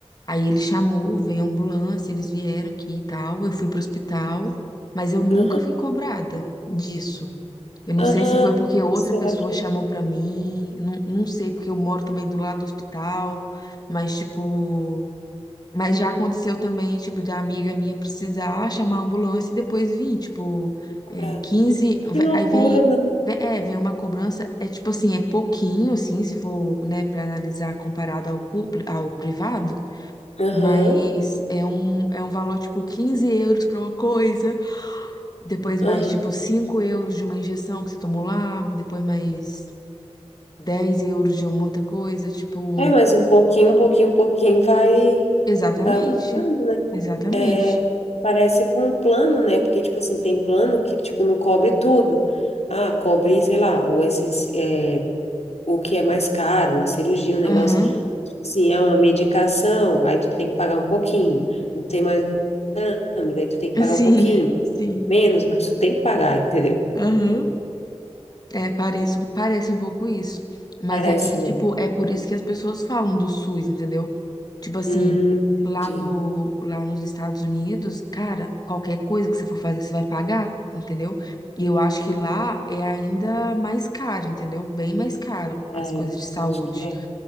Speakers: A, on the left; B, on the left.
A: Aí ele chamou, veio a ambulância, eles vieram aqui e tal, eu fui pro hospital, mas eu nunca
B: Aham.
A: fui cobrada disso. Eu não
B: Ah,
A: sei se foi porque outra
B: será
A: pessoa
B: que
A: chamou pra mim, não, não sei, porque eu moro também do lado do hospital, mas tipo mas já aconteceu também, tipo, da amiga minha precisar chamar a ambulância e depois vir, tipo,
B: é cobrado?
A: é, 15. ve-
B: Que loucura,
A: Aí vem,
B: né?
A: ve- é, vem uma cobrança, é tipo assim, é pouquinho, assim, se for, né, pra analisar comparado ao público, ao privado,
B: Aham.
A: mas é um, é um valor, tipo, 15 euros pra uma coisa, depois
B: Aham.
A: mais, tipo, 5 euros de uma injeção que você tomou lá, depois mais 10 euros de uma outra coisa, tipo,
B: É, mas um pouquinho, um pouquinho, um pouquinho vai,
A: exatamente,
B: vai aumentando, né?
A: exatamente.
B: É, parece com o plano, né? Porque, tipo assim, tem plano que, tipo, não cobre tudo. Ah, cobre, sei lá, o, essenci- é, o que é mais caro, uma cirurgia, um negócio,
A: Aham.
B: tipo assim, é uma medicação, aí tu tem que pagar um pouquinho. Não tem mais exame, daí tu tem que pagar
A: Sim,
B: um pouquinho.
A: sim.
B: Menos, mas tu tem que pagar, entendeu?
A: Aham. É, parece, parece um pouco isso. Mas
B: Parece,
A: aí, tipo,
B: né?
A: é por isso que as pessoas falam do SUS, entendeu? Tipo assim,
B: Hum,
A: lá
B: entendi.
A: no, lá nos Estados Unidos, cara, qualquer coisa que você for fazer, você vai pagar, entendeu? E eu acho que
B: Hum,
A: lá é ainda mais caro, entendeu? Bem mais caro
B: É,
A: as coisas de
B: eu
A: saúde.
B: acho que é.